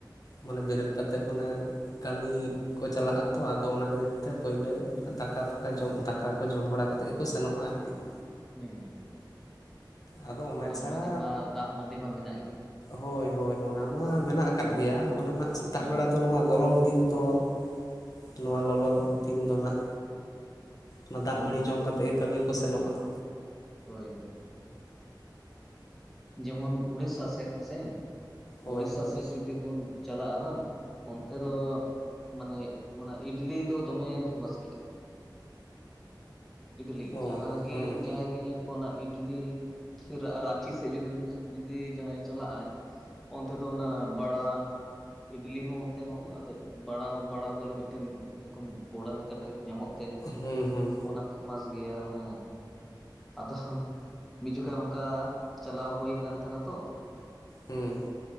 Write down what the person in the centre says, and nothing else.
ᱦᱩᱸ
ᱟ ᱞᱚᱞᱚᱫᱤᱱ
ᱢᱟ ᱫᱟᱜ ᱢᱟᱹᱰᱤ ᱢᱟ ᱢᱮᱱᱟᱜ ᱜᱮ ᱾
ᱦᱩᱸ
ᱦᱩᱸ
<inaudible>
ᱦᱩᱸ
ᱦᱳᱭ ᱦᱳᱭ ᱡᱮᱢᱚᱱ ᱩᱲᱤᱥᱥᱟ ᱥᱮᱫ ᱥᱮ
ᱩᱲᱤᱥᱥᱟ
ᱥᱮᱫ ᱡᱩᱫᱤ ᱵᱚᱱ ᱪᱟᱞᱟᱜ-ᱟ ᱵᱟᱝ ᱼᱼ ᱚᱱᱛᱮ ᱫᱚ ᱢᱟᱱᱮ ᱚᱱᱟ ᱤᱰᱞᱤ ᱫᱚ ᱫᱚᱢᱮ ᱯᱷᱮᱢᱟᱥ ᱜᱮᱭᱟ ᱾ <inaudible> ᱤᱰᱞᱤ
ᱡᱟᱦᱟᱸ ᱨᱮᱜᱮ
ᱡᱟᱦᱟᱸᱭ ᱜᱮ ᱧᱮᱞ ᱠᱚ ᱚᱱᱟ ᱤᱰᱞᱤ ᱯᱷᱤᱨ ᱟᱨ ᱨᱟᱪᱤ ᱡᱩᱫᱤ ᱡᱟᱦᱟᱸᱭ ᱪᱟᱞᱟᱜ ᱟᱭ ᱚᱱᱛᱮ ᱫᱚ ᱚᱱᱟ ᱵᱟᱲᱟ ᱤᱰᱞᱤ ᱦᱚᱸ ᱚᱱ ᱼᱼ ᱛᱮᱦᱚᱸ ᱟᱫᱚ ᱵᱟᱲᱟ ᱵᱟᱲᱟ ᱵᱚᱞᱮ ᱢᱤᱫᱴᱮᱱ ᱢᱤᱫ ᱨᱚᱠᱚᱢ ᱵᱚᱲᱟ ᱞᱮᱠᱟ ᱴᱟᱭᱤᱯ ᱧᱟᱢᱚᱜ ᱛᱮ
ᱚᱱᱟ ᱯᱷᱮᱢᱟᱥ ᱜᱮᱭᱟ ᱦᱮᱸ ᱟᱫᱚ ᱢᱤᱫ ᱡᱚᱠᱷᱮᱡᱽ ᱚᱱᱠᱟ ᱪᱟᱞᱟᱣ ᱦᱩᱭ ᱠᱟᱱ ᱛᱟᱦᱮᱱᱟ ᱛᱚ